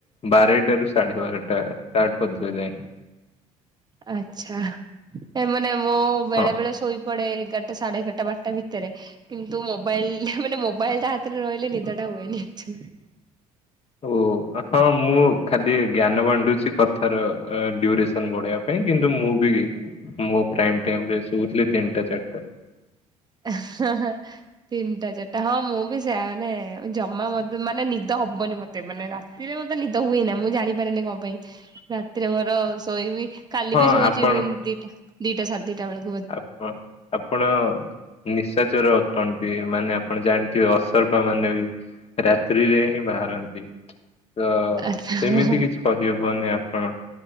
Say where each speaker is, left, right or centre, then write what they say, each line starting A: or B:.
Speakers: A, on the left; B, on the right.
A: ବାରେଟ ରୁ ସାଢେ ବାରଟା ତାଠୁ ଅଧିକ ଯାଇନି।
B: ଆଛା ଏମାନେ ମୋ ବେଳେ
A: ହଁ।
B: ବେଳେ ଶୋଇପଡୋ ଏଗାର ସାଢେ ଏ ଗାରଟା ବାରଟା ଭିତରେ କିନ୍ତୁ ମୋବାଇଲ ମାନେ ମୋବାଇଲ ଟା ହାତରେ ରହିଲେ ନିଦ ଟା ହୁଏନି ଆକଚୁଆଲି।
A: ଓ ହଁ ମୁଁ ଖାଲି ଜ୍ଞାନ ବାଣ୍ଟୁଛି କଥାର ଡ୍ୟରେସନ ବଢେଇବା ପାଇଁ କିନ୍ତୁ ମୁଁ ବି ମୁଁ ପ୍ରାଇମ ଟାଇମ ରେ ଶୁଥିଲି ତିନିଟା ଚାରିଟା।
B: ହ ତିନିଟା ଚାରିଟା ହଁ ମୁଁ ବି ସେ ୟାମାନେ ଜମା ମାନେ ନିଦ ହବନି ମତେ ମାନେରାତି ରାତିରେ ମତେ ନିଦ ହୁଏ ନା ମୁଁ ଜାଣିପାରେିନି କଣ ପାଇଁ ରାତିରେ ମୋର ଶୋଇବି। କାଲି
A: ହଁ
B: ବି ଶୋଇଛିି
A: ଆପଣ
B: ଏଭନ୍ ଦିଟା ଦିଟା ସାଢ଼େ ଦିଟା ବେକୁ
A: ଆପଣ ଆପଣ ନିଶାଚରେ ଅଟନ୍ତି ମାନେ ଆପଣ ଜାଣିଥିବେ ଅ ସର୍ପ ମାନେ ବି ରାତ୍ରିରେ ହିଁ ବାହାରନ୍ତି ତ
B: ଆଚ୍ଛା
A: ସେମିତି କିଛି କହିହବନି ଆପଣ